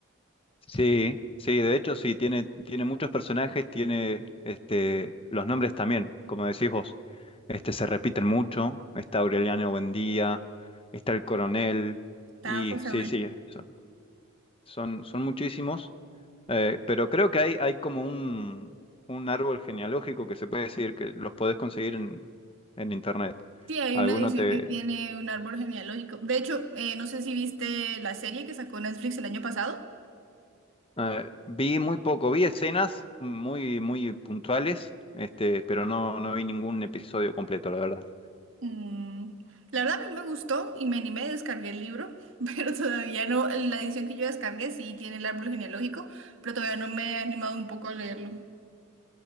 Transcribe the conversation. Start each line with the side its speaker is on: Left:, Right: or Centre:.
Left: Sí, sí, de hecho sí, tiene, tiene muchos personajes, tiene este, los nombres también, como decís vos, este, se repiten mucho. Está Aureliano Buendía, está el coronel,
Right: Está
Left: y
Right: José
Left: sí, sí, son, son, son muchísimos. Eh, pero creo que hay, hay como un, un árbol genealógico que se puede decir que los podés conseguir en, en internet.
Right: Sí, hay
Left: Alguno
Right: una edición
Left: te...
Right: que tiene un árbol genealógico. De hecho, eh, no sé si viste la serie que sacó Netflix el año pasado.
Left: eh, vi muy poco, vi escenas muy, muy puntuales, este, pero no, no vi ningún episodio completo, la verdad.
Right: Mm, la verdad a mí me gustó y me animé, descargué el libro, <laughs> pero todavía no, la edición que yo descargué sí tiene el árbol genealógico, pero todavía no me he animado un poco a leerlo.